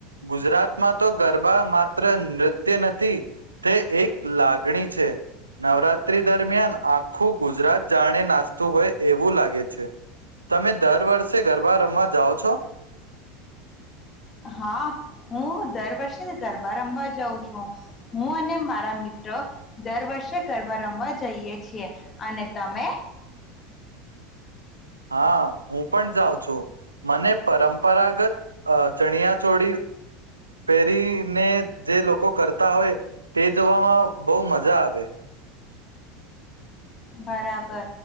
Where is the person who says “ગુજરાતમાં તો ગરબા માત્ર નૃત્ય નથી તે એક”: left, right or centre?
Right